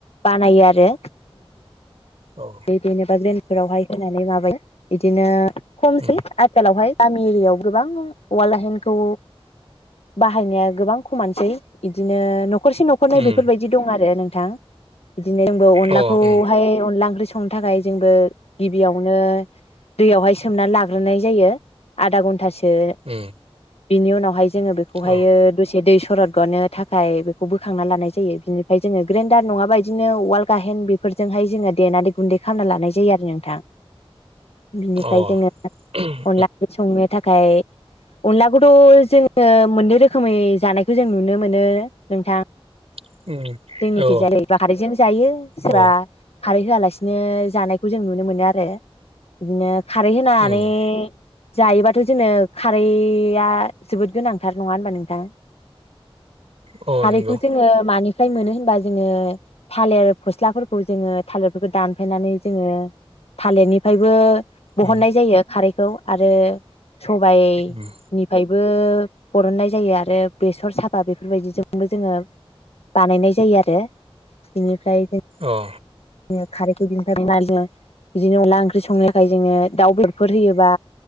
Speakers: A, on the left; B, on the right.
A: बानायो आरो
B: औ
A: बे जेननोबा ग्रेनफोरावहाय होनानै माबायो बिदिनो खमसै
B: उम
A: आथिखालावहाय गामि एरियाव गोबां उवाल गाहेइनखौ बाहायनाया गोबां खमानोसै इदिनो न'खरसे न'खरनै
B: उम
A: बेफोरबायदि दं आरो नोंथां बिदिनो जोंबो अनलाखौहाय
B: अ उम
A: अनला ओंख्रि संनो थाखाय जोंबो गिबियावनो दैयावहाय सोमनानै लाग्रोनाय जायो आधा घन्टासो सो
B: उम
A: बिनि उनावहाय जोङो बेखौहायो
B: अ
A: दसे दै सरद गनो थाखाय बेखौ बोखांना लानाय जायो बिनिफ्राय जोङो ग्राइन्डार नङाबा बिदिनो उवाल गाहेइन बेफोर जोंहाय जोंङो देनानै गुन्दै खालामना लानाय जायो आरो नोंथां बिनिफ्राय
B: अ
A: जोङो
B: उम
A: अनला ओंख्रि संनो थाखाय अनलाखौथ' जोङो मोननै रोखोमै जानायखौ जों नुनो मोनो नों नोंथां
B: उम
A: जोंनिखै
B: अ
A: जायो खारैजों जायो सोरबा
B: अ
A: खारै होआलासिनो जानायखौ जों नुनो मोनो आरो बिदिनो खारै होनानै
B: उम
A: जायोबाथ' जोंङो खारैया जोबोद गोनांथार नङा होनबा नोंथां
B: अ
A: खारैखौ
B: नंगौ
A: जोङो मानिफ्राय मोनो होनबा जोङो थालिर फस्लाफोरखौ जोङो थालिरफोरखौ दानफायनानै जोङो थालिरनिफ्रायबो बहननाय
B: उम
A: जायो खारैखौ आरो सबाइ
B: उम
A: निफायबो ओ बरननाय जायो आरो बेसर साबा बेफोरबायदिजोंबो जोङो बानायनाय जायो आरो बेनिफ्राय जों
B: अ
A: खारैखौ बिनिफ्राय अनला ओंख्रि संनो थाखाय जोङो दाउ बेदर फोर होयोबा